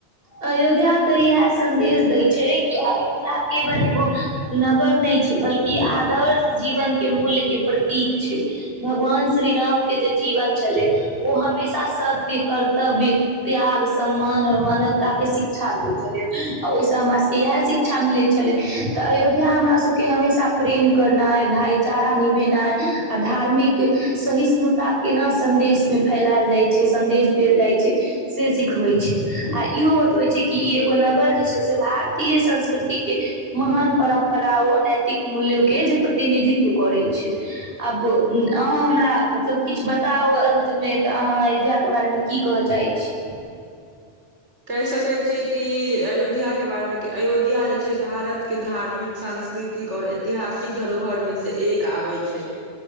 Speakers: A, on the right; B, on the right.
A: अयोध्या त इहाए सन्देश दै छै कि अयोध्या केवल एगो नगर नै छै बल्कि आदर्श जीवन के मूल्य के प्रतीक छै, भगवान श्री राम के जे जीवन छलै, उ हमेशा सत्य, कर्तव्य, त्याग, सम्मान और मानव ता के शिक्षा दै छलै अ ओय से हमरा सबके इहाए शिक्षा मिलै छलै, क अयोध्या हमरा सबके हमेशा प्रेम करनाय, भाई चारा निभेनाय आ धार्मिक सहिष्णुता केना सन्देश मे फैलाएल जाय छै, सन्देश देल जाय छै से सिखबै छै, आ ई इहो बतबै छै कि ई एगो नगर जे छै से भारतीय संस्कृति के महान परम्परा व नैतिक मूल्य के जे प्रतिनिधित्व करे छै, आब उम्म अहाँ हमरा मतलब किछ बताओ अन्त मे तऽ अहाँ अयोध्या के बारे मे की कहे चाहे छी।
B: कैह सकै छियै कि अयोध्या के बारे मे अयोध्या जे छै भारत के धार्मिक, सांस्कृतिक और ऐतिहासिक धरोहर मे से एक आबै छै।